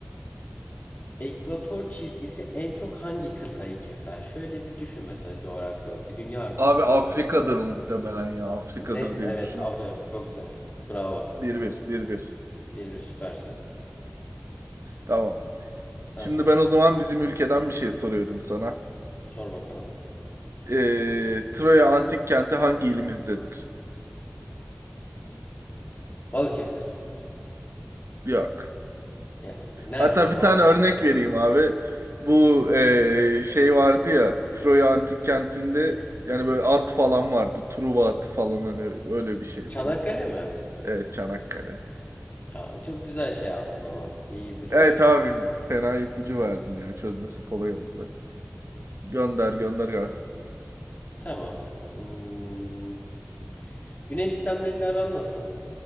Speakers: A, on the left; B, on the right.
A: Ekvator çizgisi en çok hangi kıtayı keser? Şöyle bir düşün mesela coğrafik olarak. Bir dünya haritası
B: Abi
A: düşün
B: Afrika'dır
A: tamam mı?
B: muhtemelen ya. Afrika'dır
A: Net
B: diye
A: evet
B: düşünün.
A: aferin çok güzel. Bravo.
B: Bir bir, bir bir,
A: Bir bir süpersin.
B: Tamam.
A: Sen
B: Şimdi
A: sor.
B: ben o zaman bizim ülkeden bir şey soruyorum sana.
A: Sor bakalım.
B: Ee, Troya antik kenti hangi ilimizdedir?
A: Balıkesir.
B: Yok.
A: Yani nerede
B: Hatta bir
A: doğuda?
B: tane örnek vereyim abi. Bu eee, şey vardı ya Troya Antik Kenti'nde yani böyle at falan vardı. Truva atı falan hani öyle bir şey yapayım.
A: Çanakkale mi?
B: Evet Çanakkale.
A: Aa, çok güzel şey yaptın ama. İyi ipucu
B: Evet
A: verdin.
B: abi fena ipucu verdim ya çözmesi kolay oldu. Gönder gönder gelsin.
A: Tamam. Hmm, Güneş sistemleriyle aran nasıl?